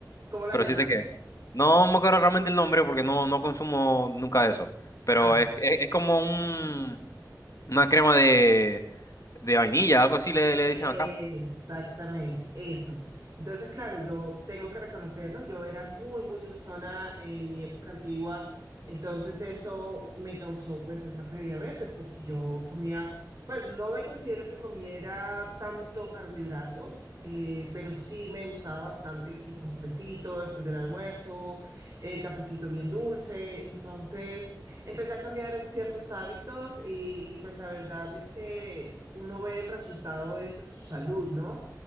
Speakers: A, on the right (about 50°); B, on the left (about 50°).
A: ¿Cómo la
B: pero
A: llaman
B: sí sé
A: allá?
B: qué. No me acuerdo realmente el nombre porque no, no consumo nunca eso. Pero
A: Ah,
B: es, es, es como un, una crema de, de vainilla, algo así le, le
A: Exactamente,
B: dicen acá.
A: eso. Entonces, claro, yo tengo que reconocerlo, yo era muy, muy dulzona en mi época antigua, entonces eso me causó pues esa prediabetes, porque yo comía, pues no me considero que comiera tanto carbohidrato, eh, pero sí me gustaba bastante que el postrecito después del almuerzo, el cafecito bien dulce, entonces... Empecé a cambiar es- ciertos hábitos y, y pues la verdad es que uno ve el resultado es en su salud, ¿no?